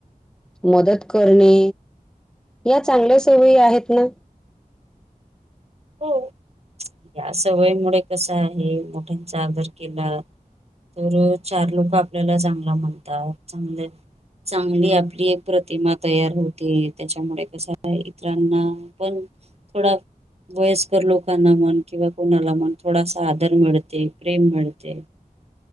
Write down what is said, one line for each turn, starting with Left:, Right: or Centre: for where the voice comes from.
Centre: मदत करणे, या चांगल्या सवयी आहेत ना.
Right: हो, या सवयीमुळे कसं आहे, मोठ्यांचा आदर केला, तर चार लोक आपल्याला चांगल म्हणतात. चांगले चांगली आपली एक प्रतिमा तयार होते, त्याच्यामुळे कसं आहे इतरांना पण थोडा वयस्कर लोकांना म्हन किंवा कोणाला म्हन. थोडासा आदर मिळते, प्रेम मिळते.